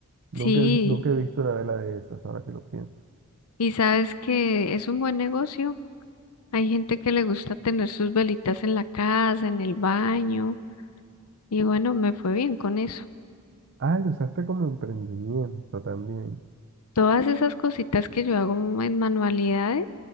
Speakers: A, on the right; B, on the left.
A: Nunca
B: Sí,
A: he, vi- nunca he visto una vela de esas, ahora que lo pienso.
B: y sabes que es un buen negocio. Hay gente que le gusta tener sus velitas en la casa, en el baño, y bueno, me fue bien con eso.
A: Ah, lo usaste como emprendimiento también.
B: Todas esas cositas que yo hago en manualidades,